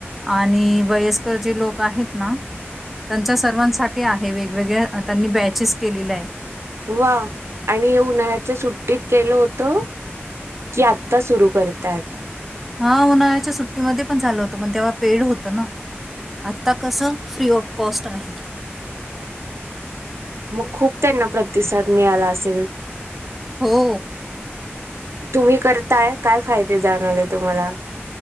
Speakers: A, in the centre; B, on the right.
A: आणि वयस्कर जे लोक आहेत ना त्यांच्या सर्वांसाठी आहे. हे वेगवेगळ्या त्यांनी बॅचेस केलेले आहे.
B: वा आणि हे उन्हाळ्याच्या सुट्टीत केलं होतं की आत्ता सुरू करतायत?
A: हा उन्हाळ्याच्या सुट्टीमध्ये पण झालं होतं पण तेव्हा पेड होतं ना. आत्ता कसं फ्री ऑफ कॉस्ट आहे.
B: मग खूप त्यांना प्रतिसाद मिळाला असेल?
A: हो.
B: तुम्ही करताय काय फायदे जाणावले तुम्हाला?